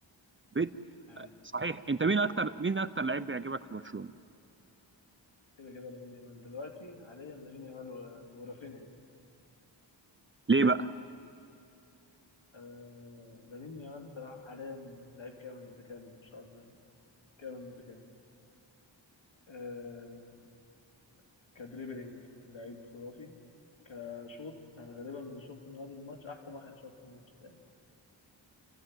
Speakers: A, on the right (about 25°); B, on the left (about 80°).
A: بدري
B: يعني
A: صحيح أنت مين أكتر مين أكتر لعيب بيعجبك في برشلونة
B: كده كده لامين يامال دلوقتي حاليا لامين يامال و- ورافينيا
A: ليه بقى؟
B: آه لامين يامال بصراحة حاليا لعيب كامل متكامل ما شاء الله كامل متكامل آه كدريبلينج لعيب خرافي كشوط انا غالبا من اللي شفته من هذا الماتش احسن واحد شاط في الماتش تقريبا